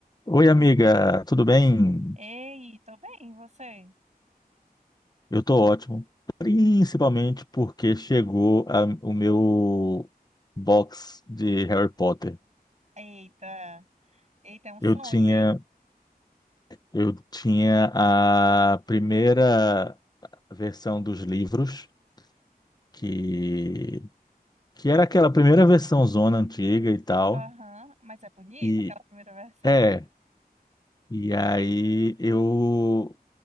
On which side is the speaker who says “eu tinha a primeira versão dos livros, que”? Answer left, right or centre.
Left